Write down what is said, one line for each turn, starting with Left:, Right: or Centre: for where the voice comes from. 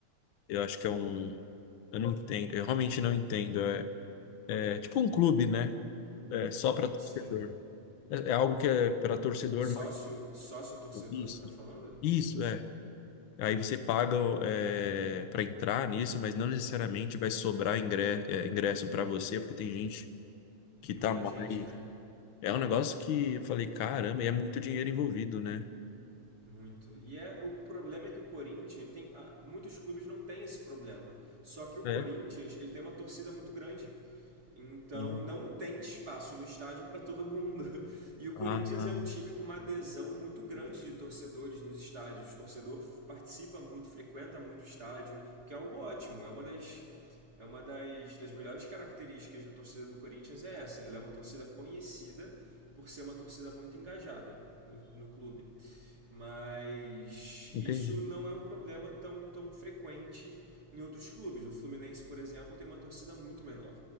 Left: eu acho que é um, eu não entendo, eu realmente não entendo. É, é tipo um clube, né? É só para
Right: Como
Left: torcedor.
Right: assim?
Left: É, é algo que é para torcedor,
Right: Sócio,
Left: mas
Right: sócio torcedor,
Left: isso,
Right: você tá falando?
Left: isso é. Aí você paga é, para entrar nisso, mas não necessariamente vai sobrar ingre- é, ingresso para você, porque tem gente que tá
Right: Muita
Left: mais.
Right: gente, né?
Left: É um negócio que eu falei, caramba, e é muito dinheiro envolvido, né?
Right: Muito. E é, o problema é que o Corinthians tem. ah, Muitos clubes não têm esse problema. Só que o Corinthians
Left: É.
Right: ele tem uma torcida muito grande. Então
Left: Uhum.
Right: não tem espaço no estádio para todo mundo. <laughs> E o
Left: Ah,
Right: Corinthians é um time com uma adesão muito grande de torcedores nos estádios. O torcedor participa muito, frequenta muito o estádio, que é algo ótimo. É uma das é uma das, das melhores características da torcida do Corinthians é essa. Ela é uma torcida conhecida por ser uma torcida muito engajada no, no clube. Mas
Left: Entendi.
Right: isso não é um problema tão, tão frequente em outros clubes. O Fluminense, por exemplo, tem uma torcida muito menor.